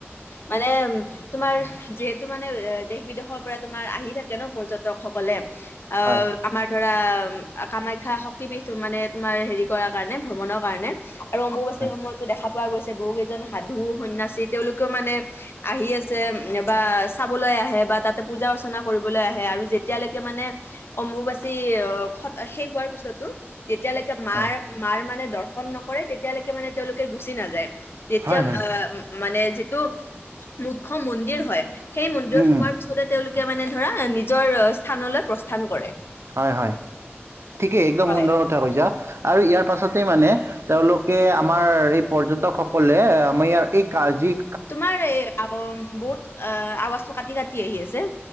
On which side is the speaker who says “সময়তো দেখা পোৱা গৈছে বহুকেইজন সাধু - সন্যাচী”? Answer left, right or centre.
Left